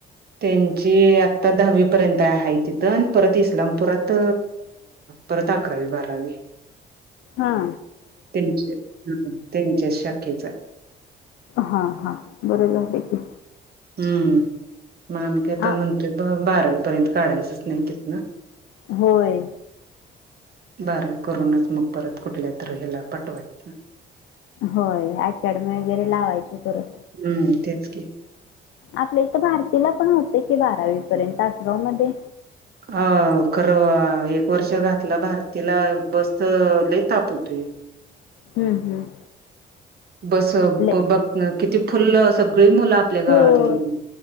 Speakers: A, on the right; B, on the left.
A: त्यांची आता दहावी पर्यंत आहे तिथं परत इस्लामपुरात परत अकरावी, बारावी
B: हा.
A: त्यांचे ह त्यांचे शक्यच आहे.
B: हा हा बरं झाल की
A: हम्म मग की आता
B: हां
A: म्हणतेो बारावीपर्यंत काढायचंच नाही तिथ ना
B: होय.
A: बरं करूनच मग परत कुठल्यात तर पटवायचं.
B: होय अकॅडमी वगैरे लावायची परत.
A: हम्म तेच की
B: आपल्या इथं भारतीला पण होत की बारावी पर्यंत तासगाव मध्ये-
A: अ खरं एक वर्ष घातलं भारतीला बसत लय ताप- तु पी <unintelligible>
B: हम्म हम्म.
A: बस
B: लय
A: बघ किती फुल्ल सगळी मुलं आपल्या गावातली-
B: हो